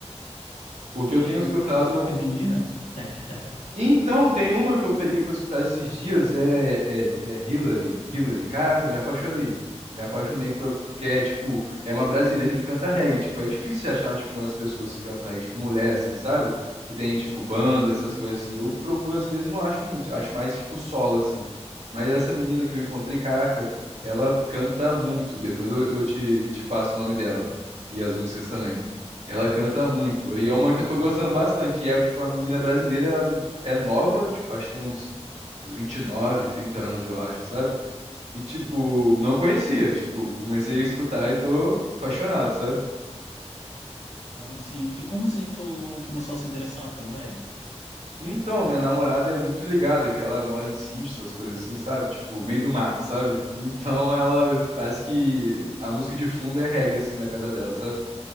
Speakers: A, on the right (about 70°); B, on the left (about 75°).
A: Porque
B: E
A: eu tenho
B: aí,
A: escutado.
B: nenhuma artista feminina? <laughs>
A: Então, tem uma que eu peguei pra escutar esses dias, é, é, é Hillary. Hillary. Caraca, me apaixonei. Me apaixonei pra, porque é, tipo, é uma brasileira que canta reggae. Tipo, é difícil você achar, tipo, umas pessoas que cantam reggae, tipo, mulher, assim, sabe? Que tem, tipo, bandas, essas coisas assim. Eu procuro, às vezes, não acho muito. Acho mais, tipo, solo, assim. Mas essa menina que eu encontrei, caraca, ela canta muito. Depois eu, eu te, te passo o nome dela. E as músicas também. Ela canta muito. E é uma
B: Beleza.
A: que eu tô gostando bastante. E é, tipo, uma menina brasileira é nova, tipo, acho que tem uns, uns 29, 30 anos, eu acho, sabe? E, tipo, não conhecia, tipo, comecei a escutar e tô apaixonado, sabe?
B: Ah, sim. E como assim tu começou a se interessar pelo reggae?
A: E Então, minha namorada é muito ligada, que ela mora em sítio, essas coisas assim, sabe? Tipo, meio do mato, sabe? Então, ela parece que a música de fundo é reggae, assim, da casa dela, sabe?